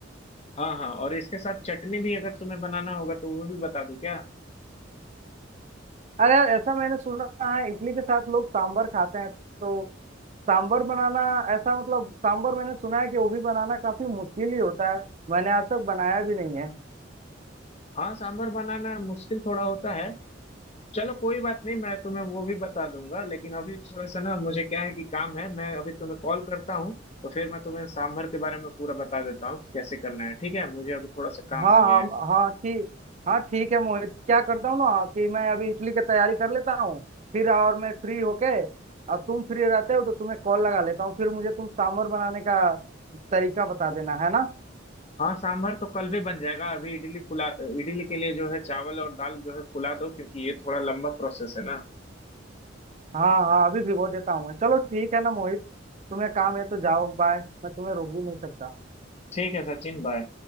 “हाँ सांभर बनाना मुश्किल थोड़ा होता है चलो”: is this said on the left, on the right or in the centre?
Left